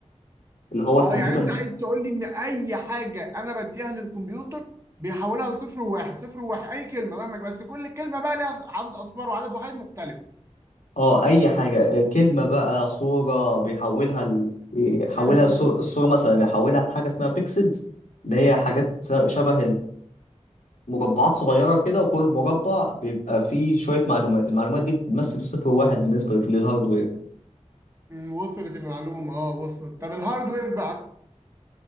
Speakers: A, on the left; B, on the right.
A: اللي هو
B: اه
A: الكمبيوتر
B: يعني انت عايز تقول لي ان اي حاجه انا بديها للكمبيوتر بيحولها لصفر وواحد صفر وواحد اي كلمه مهما بس كل كلمه بقى ليها عدد اصفار وعدد وحيد مختلف
A: اه اي حاجه آه، كلمه بقى صوره بيحولها ل... يحولها
B: امم
A: الصوره الصورة مثلا يحولها لحاجه اسمها بيكسلز اللي هي حاجات شبه المربعات صغيره كده وكل مربع بيبقى فيه شويه معلومات المعلومات دي بتمثل صفر واحد بالنسبه للهاردوير
B: وصلت المعلومه اه وصلت طب الهاردوير بقى